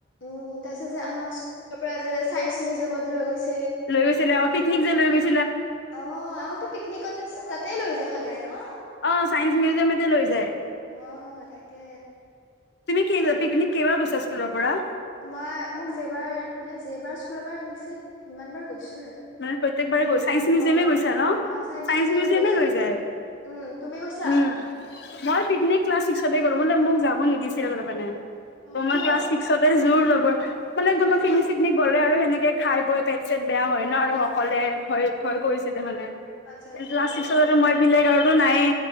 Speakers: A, on the left; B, on the left.
A: উম তাপিছত যে আমাক পৰা যে চায়েন্স মিউজিয়ামত লৈ গৈছি
B: লৈ গৈছিলে অ' পিকনিক যে লৈ গৈছিল
A: অহ, আৰু তো পিকনিকতে তাতেই লৈ যায় সদায় ন'?
B: অহ, চাইন্স মিউজিয়ামতে লৈ যায়।
A: অহ, তাকে।
B: তুমি কি
A: ভাল
B: পিকনিক কেইবাৰ গৈছা স্কুলৰ পৰা?
A: মই মোক জেইবাৰ মানে জেইবাৰ স্কুলৰ পৰা নিচে সিমান বাৰ গৈছো।
B: মানে প্ৰত্যয়েকবাৰে গৈ চাইন্স মিউজিয়ামে
A: প্ৰত্যেক
B: গৈছা ন'চাইন্স
A: অ চাইন্স মিউজিয়ামত
B: মিউজিয়ামে
A: গৈছো
B: লৈ যায়।
A: উম তুমি গৈছা
B: উম, মই পিকনিক ক্লাছ ছিক্সতে মোক যাব নিদিছিলে তাৰমানে
A: অ
B: ত'মই
A: কিয়
B: ক্লাছ ছিক্সতে জোৰ যবৰ মানে তোমাৰ পিকনিক-
A: অ
B: চিকনিক গ'লে আৰু সেনেকে খাই বৈ পেট- চেট বেয়া হয় ন' আৰু অকলে ভয় -ভয় কৰিছিলে হলে।
A: আচ্ছা আচ্ছা
B: ক্লাছ
A: ভাই
B: ছিক্সত
A: কৰিছা
B: মই বেলেগ আৰুটো নাইয়ে